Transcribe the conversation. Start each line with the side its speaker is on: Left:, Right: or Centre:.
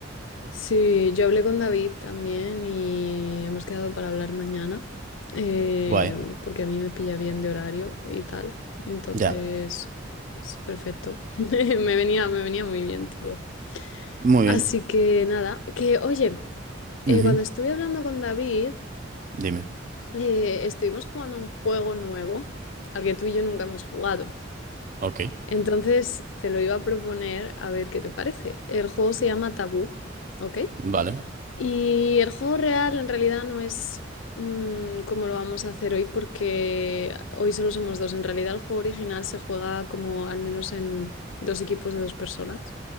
Left: Sí, yo hablé con David también y hemos quedado para hablar mañana, eh,
Right: Guay,
Left: porque a mí me pilla bien de horario y tal. Entonces,
Right: ya.
Left: pues perfecto. <laughs> Me venía, me venía muy bien todo.
Right: Muy
Left: Así
Right: bien.
Left: que nada, que oye,
Right: Ujú,
Left: eh, cuando estuve hablando con David,
Right: Dime.
Left: eh, estuvimos jugando un juego nuevo al que tú y yo nunca hemos jugado.
Right: Ok,
Left: Entonces, te lo iba a proponer a ver qué te parece. El juego se llama Tabú, ¿ok?
Right: vale.
Left: Y el juego real en realidad no es mm, como lo vamos a hacer hoy porque hoy solo somos dos. En realidad el juego original se juega como al menos en dos equipos de dos personas.